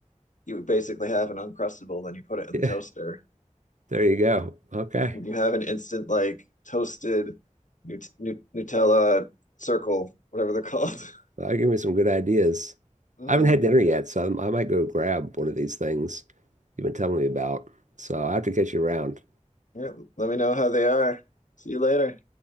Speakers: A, on the left (about 85°); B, on the right (about 75°).
A: you would basically have an Uncrustable, then you put it in
B: yeah,
A: the toaster.
B: there you go. Okay.
A: And you have an instant like toasted Nut Nut Nutella circle, whatever they're called. <laughs>
B: Well, that gave me some good ideas.
A: Mm.
B: I haven't had dinner yet, so I'm, I might go grab one of these things you've been telling me about. So I have to catch you around.
A: Yeah, let me know how they are. See you later.